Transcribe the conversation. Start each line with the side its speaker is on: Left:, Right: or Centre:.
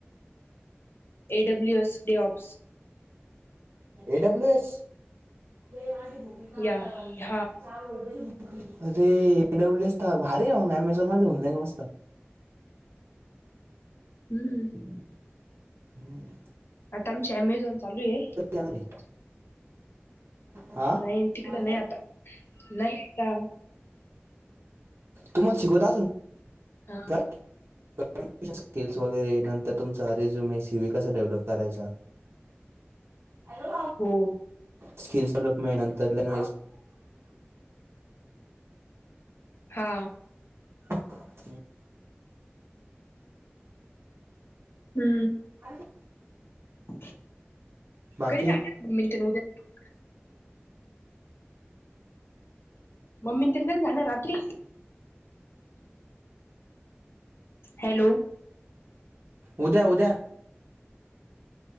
Left: AWS DevOps
Right: AWS <unintelligible>
Left: या हा
Right: अरेब्ल एस तर भारी रंग अमेझोन माध्ये होे नसत
Left: हम्म
Right: हम्म
Left: आता आमची अमेझॉन चालू आहे
Right: येणार आहे? हा
Left: नाही तिकड
Right: मा
Left: नाही आता नाही आता
Right: तुम्हाला शिकत
Left: हा
Right: का कम्युनिकेशन स्किल्स वगैरे नंतर तुमचा रेझ्युम हे सीव् कसा डेव्हलप करायचा ह
Left: हो
Right: स्किल्स डेवलपमेंट नंतर ल
Left: हा
Right: हम्
Left: हम्म
Right: हम् <unintelligible>
Left: <inaudible>
Right: बाकी
Left: मम्मी तिनकरी जाणार रात्री हॅलो
Right: उद्या उद्या्या